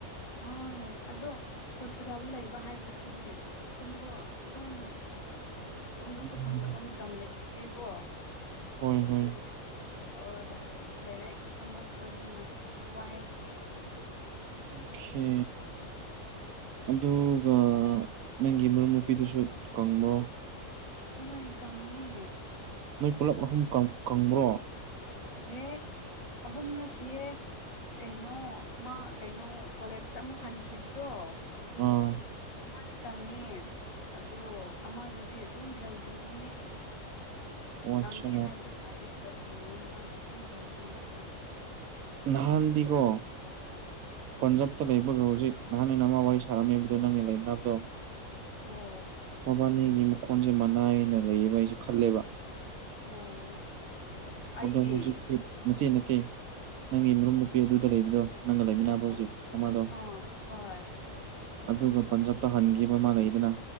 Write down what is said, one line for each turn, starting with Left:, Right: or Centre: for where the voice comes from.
Left: ꯍꯣꯏ ꯑꯗꯣ ꯍꯣꯁꯄꯤꯇꯥꯜꯗ ꯂꯩ ꯕ ꯍꯥꯏꯕꯁꯤꯗꯤ ꯇꯨꯝꯕ ꯑꯗꯨꯝ ꯇꯨꯝꯕꯁꯨ
Right: ꯎꯝ
Left: ꯐꯪꯗꯕ ꯃꯇꯝ ꯂꯩ ꯑꯦꯀꯣ
Right: ꯍꯣꯏ
Left: ꯑꯗꯨ
Right: ꯍꯣꯏ
Left: ꯑꯣ ꯗꯥꯏꯔꯦꯛ ꯗꯥꯏꯔꯦꯛ ꯆꯪꯂꯛꯄꯅꯤꯅ ꯋꯥꯏ
Right: ꯑꯣꯈꯦ ꯑꯗꯨꯒ ꯅꯪꯒꯤ ꯃꯔꯨꯞ ꯅꯨꯄꯤꯗꯨꯁꯨ ꯀꯪꯕ꯭ꯔꯣ
Left: ꯍꯣꯏ ꯀꯪꯉꯦ
Right: ꯅꯣꯏ ꯄꯨꯂꯞ ꯑꯍꯨꯝ ꯀꯪ ꯀꯪꯕ꯭ꯔꯣ
Left: ꯍꯦ ꯑꯍꯨꯝ ꯅꯠꯇꯤꯌꯦ ꯀꯩꯅꯣ ꯑꯃ ꯀꯩꯅꯣ ꯀꯣꯂꯦꯖꯇ ꯑꯃꯨꯛ ꯍꯟꯈꯤꯕꯗꯣ
Right: ꯑ
Left: ꯃꯥꯗꯤ ꯀꯪꯉꯦ ꯑꯗꯣ ꯑꯃꯗꯨꯗꯤ ꯑꯗꯨꯝ ꯍꯦꯜꯗꯤꯅꯦ
Right: ꯑꯣ ꯑꯠꯆꯥ
Left: ꯀꯪꯉꯦ ꯍꯥꯏꯕ ꯌꯥꯗꯦ ꯍꯦꯜꯗꯤꯅꯦ ꯃꯥꯗꯤ ꯑꯗꯨꯝ ꯍꯦꯜꯗꯤ ꯑꯣꯏꯕꯗꯣ
Right: ꯅꯍꯥꯟꯗꯤꯒꯣ ꯄꯟꯖꯕꯇ ꯂꯩꯕꯒ ꯍꯧꯖꯤꯛ ꯅꯍꯥꯟ ꯑꯩꯅ ꯑꯃ ꯋꯥꯔꯤ ꯁꯥꯔꯝꯃꯤꯕꯗꯣ ꯅꯪꯒꯤ ꯂꯩꯃꯤꯟꯅꯕꯗꯣ
Left: ꯑꯣ
Right: ꯃꯕꯥꯟꯅꯤꯒꯤ ꯃꯈꯣꯟꯖꯦ ꯃꯥꯟꯅꯩꯅ ꯂꯩꯌꯦꯕ ꯑꯩꯖꯦ ꯈꯜꯂꯦꯕ
Left: ꯑꯣ ꯑꯩꯒꯤ
Right: ꯑꯗꯣ ꯍꯧꯖꯤꯛꯇꯤ ꯅꯠꯇꯦ ꯅꯠꯇꯦ ꯅꯪꯒꯤ ꯃꯔꯨꯞ ꯅꯨꯨꯄꯤ ꯑꯗꯨꯗ ꯂꯩꯕꯗꯣ ꯅꯪꯒ ꯂꯩꯃꯤꯟꯅꯕ
Left: ꯑꯣ
Right: ꯍꯧꯖꯤꯛ ꯑꯃꯗꯣ
Left: ꯑꯥ ꯍꯣꯏ
Right: ꯑꯗꯨꯒ ꯄꯟꯖꯥꯕꯇ ꯍꯟꯈꯤꯕ ꯃꯥꯟꯅꯩꯗꯅ